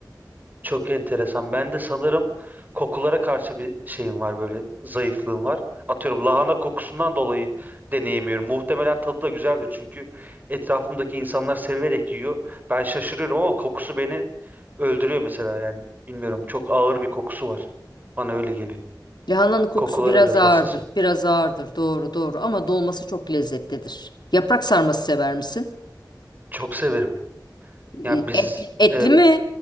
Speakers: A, on the right; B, on the left.
A: Çok enteresan. Ben de sanırım kokulara karşı bir şeyim var böyle zayıflığım var. Atıyorum lahana kokusundan dolayı deneyemiyorum. Muhtemelen tadı da güzeldir çünkü etrafımdaki insanlar severek yiyor. Ben şaşırıyorum ama kokusu beni öldürüyor mesela yani bilmiyorum. Çok ağır bir kokusu var. Bana öyle geliyor.
B: Lahananın kokusu
A: Kokulara
B: biraz
A: biraz
B: ağırdır,
A: hassasım.
B: biraz ağırdır. Doğru, doğru ama dolması çok lezzetlidir. Yaprak sarması sever misin?
A: Çok severim. Yani
B: E,
A: biz
B: Etli, etli
A: e,
B: mi?